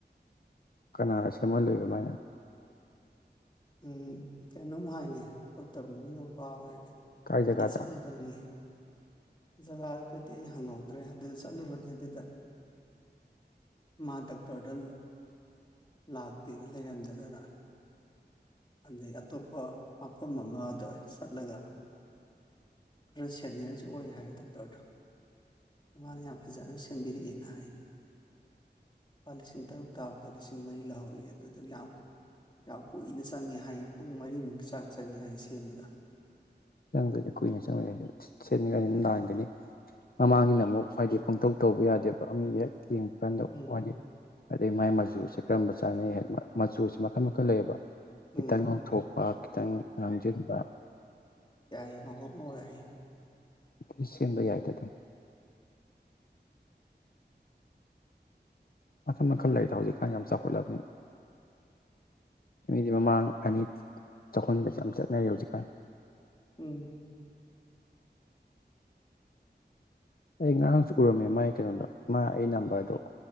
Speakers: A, on the left (about 55°); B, on the left (about 25°).
A: ꯀꯅꯥꯔꯁ ꯀꯃ ꯂꯩꯕꯃꯥꯏꯅ
B: ꯎꯝ ꯀꯩꯅꯣꯝ ꯍꯥꯏꯅꯤ ꯇ ꯇꯗ ꯀꯥꯎꯔꯤꯦꯅꯦ
A: ꯀꯥꯏ ꯖꯒꯥꯗ
B: ꯑꯗ ꯆꯠꯂꯨꯕꯅꯤ ꯖꯒꯥ ꯀ ꯗꯤ ꯑꯩ ꯍꯪꯍꯧꯗ꯭ꯔꯦ ꯑꯗꯨꯗ ꯆꯠꯂꯨꯕꯅꯤ ꯑꯗꯨꯗ ꯃꯥ ꯗꯥꯛꯇꯔꯗ ꯂꯥꯛꯇꯦꯅ ꯂꯩꯔꯝꯗꯗꯅ ꯑꯗꯨ ꯑꯇꯣꯞ ꯃꯐꯝ ꯑꯃꯗ ꯆꯠꯂꯒ ꯈꯔ ꯁꯦꯅꯤꯌꯔꯁꯨ ꯑꯣꯏ ꯍꯥꯏꯌꯦ ꯗꯣꯛꯇꯔꯗꯣ ꯏꯃꯥꯅ ꯌꯥꯝ ꯐꯖꯅ ꯁꯦꯝꯕꯤꯔꯛꯑꯦꯅ ꯍꯥꯏ ꯂꯨꯄꯥ ꯂꯤꯁꯤꯡ ꯇꯔꯨꯛ ꯇꯥꯕꯗꯣ ꯂꯤꯁꯤꯡ ꯃꯔꯤ ꯂꯧꯍꯧꯔꯤ ꯑꯗꯨꯗꯨ ꯌꯥꯝ ꯌꯥꯝ ꯀꯨꯏꯅ ꯆ ꯆꯪꯉꯦ ꯍꯥꯏꯌꯦ ꯄꯨꯡ ꯃꯔꯤꯃꯨꯛꯀꯤ ꯆꯥꯡ ꯆꯪꯉꯦ ꯍꯥꯏꯌꯦ ꯁꯦꯝꯕꯗ
A: ꯆꯪꯗꯣꯏꯅꯤ ꯀꯨꯏꯅ ꯆꯪꯅꯤꯡꯉ ꯁꯦꯠꯅꯤꯡꯉꯥꯏꯅꯤꯅ ꯅꯥꯟꯒꯅꯤ ꯃꯃꯥꯡꯉꯅ ꯑꯃꯨꯛ ꯍꯥꯏꯗꯤ ꯄꯪꯊꯣꯛ ꯇꯧꯕ ꯌꯥꯗꯦꯕ ꯑ ꯍꯦꯛ ꯌꯦꯡꯕ ꯀꯥꯟꯗ
B: ꯎꯝ
A: ꯋꯥꯂꯤ ꯑꯗꯩ ꯃꯥꯏ ꯃꯆꯨꯁꯦ ꯀꯔꯝꯕ ꯆꯥꯅꯩ ꯍꯥꯏ ꯃꯆꯨꯁꯦ ꯃꯈꯜ ꯃꯈꯜ ꯂꯩꯌꯦꯕ ꯈꯤꯇꯪ
B: ꯎꯝ
A: ꯉꯥꯎꯊꯣꯛꯄ ꯈꯤꯇꯪ ꯉꯥꯡꯁꯤꯟꯕ
B: ꯍꯦꯡꯉꯣꯛꯒꯣꯛ ꯍꯥꯏꯥꯏ
A: ꯎ ꯁꯦꯝꯕ ꯌꯥꯏꯗꯦ ꯑꯗꯨꯝ ꯃꯈꯜ ꯃꯈꯜ ꯂꯩꯗ ꯍꯧꯖꯤꯛꯀꯥꯟ ꯌꯥꯝ ꯆꯥꯎꯈꯠꯂꯕꯅꯤꯅ ꯃꯥꯡ ꯑꯅꯤ ꯆꯈ ꯌꯥꯝ ꯆꯠꯅꯔꯤ ꯍꯧꯖꯤꯛꯀꯥꯟ
B: ꯎꯝ
A: ꯑꯩ ꯉꯔꯥꯡꯁꯨ ꯎꯔꯝꯃꯦ ꯃꯥꯒꯤ ꯀꯩꯅꯣꯗꯣ ꯃꯥ ꯑꯩ ꯅꯝꯕꯔꯗꯣ